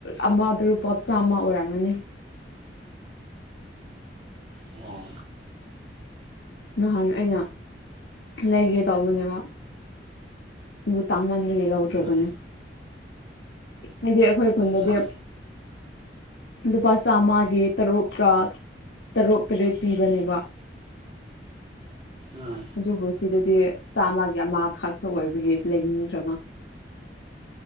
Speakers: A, on the left (about 80°); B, on the right (about 30°).
A: ꯑꯃꯗ ꯂꯨꯄꯥ ꯆꯥꯝꯃ ꯑꯣꯏꯔꯝꯒꯅꯤ
B: ꯑꯣ
A: ꯅꯍꯥꯟ ꯑꯩꯅ ꯂꯩꯒꯦ ꯇꯧꯕꯅꯦꯕ ꯗꯨ ꯇꯥꯡꯃꯥꯟ ꯕꯒꯤ ꯂꯧꯗ꯭ꯔꯕꯅꯦ
B: ꯎꯝ
A: ꯍꯥꯏꯗꯤ ꯑꯈꯣꯏ ꯈꯨꯟꯗꯗꯤ
B: ꯎꯝ
A: ꯂꯨꯄꯥ ꯆꯥꯃꯒꯤ ꯇꯔꯨꯛꯀꯥ ꯇꯔꯨꯛ ꯇꯔꯦꯠ ꯄꯤꯕꯅꯦꯕ <inaudible>
B: ꯎꯝ
A: ꯑꯗꯨꯕꯨ ꯁꯤꯗꯗꯤ ꯆꯥꯝꯃꯒꯤ ꯑꯃꯥ ꯈꯛ ꯇ ꯑꯣꯏꯕꯒꯤ ꯂꯩꯅꯤꯡꯗ꯭ꯔꯕ